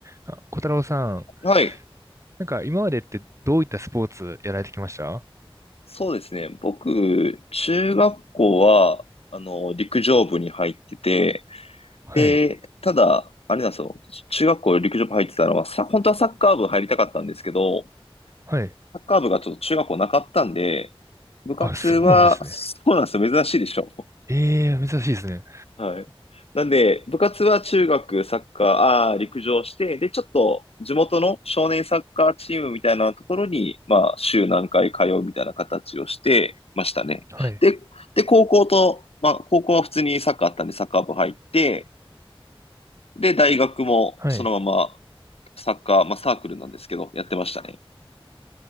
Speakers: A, on the right; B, on the left.
A: あ、小太郎さん、
B: はい。
A: なんか今までってどういったスポーツやられてきました
B: そうですね。僕、中学校は、あの、陸上部に入ってて、
A: はい、
B: で、ただ、あれなんですよ。中学校陸上部入ってたのは、さ、本当はサッカー部入りたかったんですけど、
A: はい。
B: サッカー部がちょっと中学校なかったんで、部活は、
A: あ、そうなんですね。
B: そうなんですよ。珍しいでしょ。
A: ええ珍しいですね。
B: はい。なんで、部活は中学サッカー、あー陸上して、で、ちょっと地元の少年サッカーチームみたいなところに、まあ、週何回通うみたいな形をしてましたね。
A: はい、
B: で、で、高校と、まあ、高校は普通にサッカーあったんで、サッカー部入って、で、大学もそのまま
A: はい。
B: サッカー、まあ、サークルなんですけど、やってましたね。